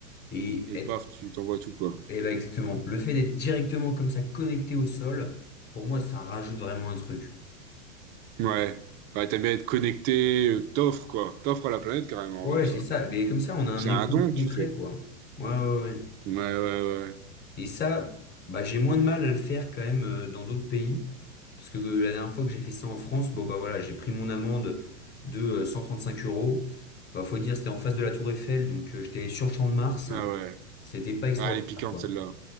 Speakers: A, on the left; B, on the right.
A: Et
B: Et paf, tu t'envoies tout, quoi.
A: Et bah exactement. Le fait d'être directement comme ça connecté au sol, pour moi, ça rajoute vraiment un truc.
B: Ouais, ouais, t'aimes bien être connecté, euh, t'offres quoi, t'offres à la planète carrément
A: Ouais,
B: en faisant ça.
A: c'est ça. Mais comme ça, on a un
B: C'est
A: écho
B: un don que
A: concret,
B: tu fais.
A: quoi. Ouais, ouais, ouais. ouais.
B: Ouais, ouais, ouais.
A: Et ça, bah, j'ai moins de mal à le faire quand même euh, dans d'autres pays. Parce que euh, la dernière fois que j'ai fait ça en France, bon, bah voilà, j'ai pris mon amende de euh, cinq euros. Bah, faut dire, c'était en face de la Tour Eiffel, donc euh, j'étais sur le Champ de Mars.
B: Ah ouais.
A: C'était pas extraordinaire,
B: Ah, elle est piquante
A: quoi.
B: celle-là.